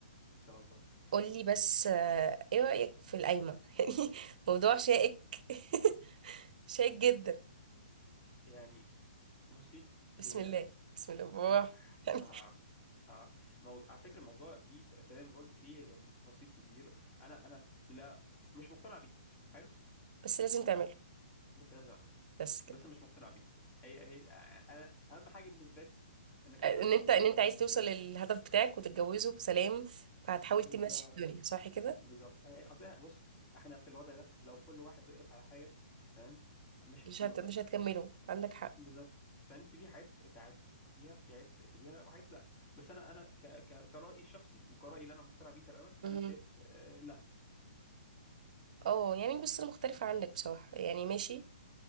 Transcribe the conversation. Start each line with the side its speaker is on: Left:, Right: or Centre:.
Left: إن شاء الله
Right: قول لي بس آه، ايه رأيك في القايمة؟ <laughs> يعني موضوع شائك <laughs> شائك جدا
Left: يعني بصي هي
Right: بسم الله بسم الله بالراحة
Left: آه،
Right: يعني
Left: آه، آه، موضوع على فكرة الموضوع فيه ت- زي ما قلت فيه يعني تفاصيل كتير أنا أنا لا مش مقتنع بيه حلو
Right: بس لازم تعمله
Left: بس لازم اعمله
Right: بس كده
Left: بس مش مقتنع بيه هي هي انا اهم حاجه بالنسبه لي انك
Right: آه،
Left: انت تبقى
Right: ان انت ان انت عايز توصل للهدف بتاعك وتتجوزه بسلام فهتحاول تمشي
Left: بالظبط
Right: الدنيا صح كده
Left: بالظبط اصل إحنا- بص احنا في الوضع ده لو كل واحد وقف على حاجه تمام مش
Right: مش
Left: هتخلصي
Right: هت... مش هتكمله عندك حق
Left: بالظبط فانت في حاجات تعديها في حاجات تقبليها وحاجات لا بس انا انا ك... ك... كرأيي الشخصي وكرأيي اللي انا مقتنع بيه تماما
Right: مهم.
Left: انا شايف آه، لا
Right: اه يعني بص انا مختلفة عنك بصراحة يعني ماشي